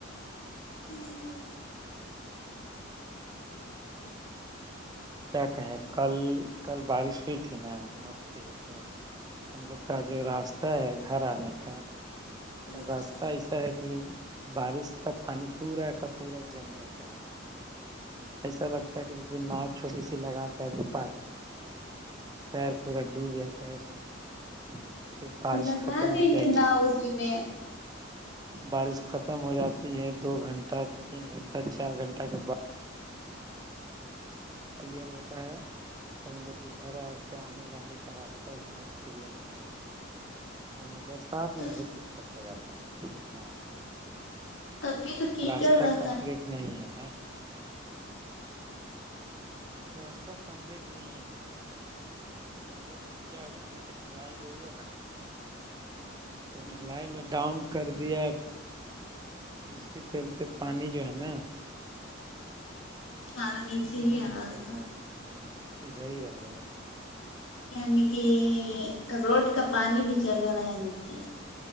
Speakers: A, on the left (about 70°); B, on the right (about 20°).
A: ہوں
B: کیا کہیں کل کل بارش ہوئی تھی نا مت پئی یہ تو ہم لوگ کا جو راستہ ہے گھر آنے کا اور
A: اچھا
B: راستہ ایسا ہے کہ بارش کا پانی پورا کا پورا جم جاتا ہے اس میں ایسا لگتا ہے کہ جیسے ناؤ چھوٹی سی لگا کر پار کرے پیر پورا ڈوب جاتا ہے اس میں پھر بارش
A: تو لگا
B: ختم
A: دیجیے
B: ہو جائےگی
A: نا اسی میں
B: بارش ختم ہو جاتی ہے دو گھنٹہ تین گھنٹہ چار گھنٹہ کے بعد کلیئر ہوتا ہے تو ہم لوگ کو گھر آستے آنے جانے کا راستہ منے کلیئر ہوگا ہمنہ برسات میں
A: تو
B: بہت دقت ہو جاتا ہے ج کیا آتے ہیں
A: تب بھی تو کیچڑ
B: راستہ
A: رہتا
B: کمپلیٹ نہیں ہے راستہ کمپلیٹ نہیں ہے ہم لوگ کا ابھی <unintelligible> کیا ہوا نا کہ ڈھلائی جو ہوا نا تو
A: ہے
B: ڈھلائی میں ڈاؤن کر دیا ہے جس کے چلتے پانی جو ہے نا
A: سارا نیچے ہی
B: نہیں
A: آ
B: نکل
A: رہا ہوگا
B: رہا تھا ادھر ہی رہ جائے گا
A: یعنی کہ روڈ کا پانی بھی چل جا رہا ہے نیچے